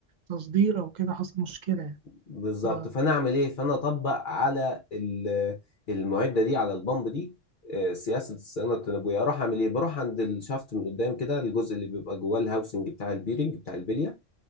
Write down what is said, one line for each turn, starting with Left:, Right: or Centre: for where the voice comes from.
Right: التصدير او كده حصل مشكله يعني
Left: بالظبط
Right: ف-
Left: فانا اعمل ايه فانا اطبق على ال- المعده دي على البامب دي آه، سياسه الصيانه التنابؤيه اروح اعمل ايه بروح عند الشافت من قدام كده الجزء اللي بيبقى جواه الهاوسنج بتاع البيرنج بتاع البليه